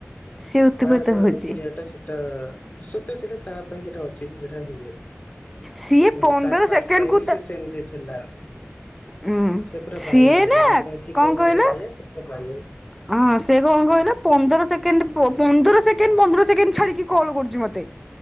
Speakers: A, in the centre; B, on the left.
A: ସିଏ ଉତ୍ପାତ
B: ବାରବାର
A: ହଉଛି।
B: ଏଠି ସେଠି ତ ସେଟା ସେଟା ତା ପାଇଁ ସେଟା ଅଛି ସେ ସେଟା ହୁଏ।
A: ସିଏ
B: ମାନେ
A: ପନ୍ଦର
B: ତାର ଫାଷ୍ଟ
A: ସେକେଣ୍ଡ
B: ପାଇଁ
A: କୁ
B: ବି
A: ତା
B: ସେ ସେମିତି ଥିଲା
A: ଉଁ
B: ସେ ପୁରା
A: ସିଏ
B: ବାଇଆ ହେଇଯାଇଚି,
A: ନା
B: ଜଣଙ୍କ ପାଇଁ ଥିବ
A: କଣ କହିଲ
B: ମାନେ ବାଇଆ ସେ ପୁରା ବାଇଆ
A: ହଁ ସେ କଣ କହିଲ ପନ୍ଦର ସେକେଣ୍ଡ ପନ୍ଦର ସେକେଣ୍ଡ ପନ୍ଦର ସେକେଣ୍ଡ ଛାଡିକି କଲ କରୁଛି ମୋତେ।